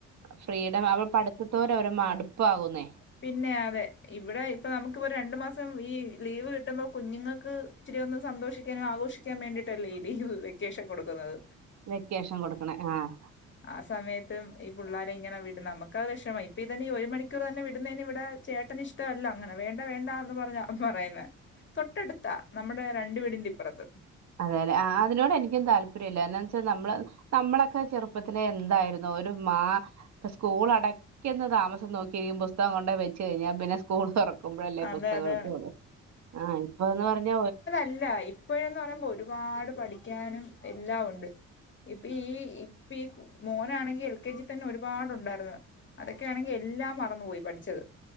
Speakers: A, on the right; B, on the left.
A: ഫ്രീഡം അവൾ പ കുത്തോര ഒരു മടുപ്പാകുന്നേ
B: പിന്നെ അതെ ഇവിടെ ഇപ്പ നമുക്ക് പ്പ രണ്ടു മാസം ഈ ലീവ് കിട്ടുമ്പോ കുഞ്ഞുങ്ങൾക്ക് ഇച്ചിരി ഒന്നും സന്തോഷിക്കാനും ആഘോഷിക്കാൻ വേണ്ടിട്ടല്ലേ ഈ ലീവ് വെക്കേഷൻ കൊടുക്കുന്നത്
A: വെക്കേഷൻ കൊടുക്കണെ ആഹ്
B: ആഹ് സമയത്തും ഈ പുള്ളാരെ ഇങ്ങനെ വിട്ന നമുക്കത് വഷമാ ഇപ്പ ഇതന്നെ ഈ ഒരു മണിക്കൂർ തന്നെ വിടുന്നതിന് ഇവിടെ ചേട്ടന് ഇഷ്ടല്ല അങ്ങനെ വേണ്ട വേണ്ടാ എന്ന് പറഞ്ഞ അവൻ പറയുന്നേ തൊട്ടടുത്താ നമ്മുടെ രണ്ട് വീടിന്റെ ഇപ്പുറത്ത്
A: അതെ ലെ അതിനോട് എനിക്കും താല്പര്യല്ല എന്താച്ചാൽ നമ്മള് നമ്മളൊക്കെ ചെറുപ്പത്തില് എന്തായിരുന്നു ഒരു മാ സ്കൂൾ അടക്കിന്ന താമസം നോക്കിയിരിക്കും പുസ്തകം കൊണ്ട് വെച്ച് കഴിഞ്ഞാ പിന്ന സ് സ്കൂൾ തുറക്കുമ്പോഴല്ലേ
B: അതെ
A: പുസ്തകട്കോള്ളൂ
B: അതെ
A: ആഹ് ഇപ്പന്ന് പറഞ്ഞ
B: ഇല്ല ഇപ്പോഴന്ന് പറയുമ്പോ ഒരുപാട് പഠിക്കാനും എല്ലാം ഉണ്ട് ഇപ്പ ഈ ഇപ്പ ഈ മോനാണെങ്കി എൽ കെ ജി തന്നെ ഒരുപാടുണ്ടായിരുന് അതൊക്കെയാണെങ്കി എല്ലാം മറന്നു പോയി പഠിച്ചത്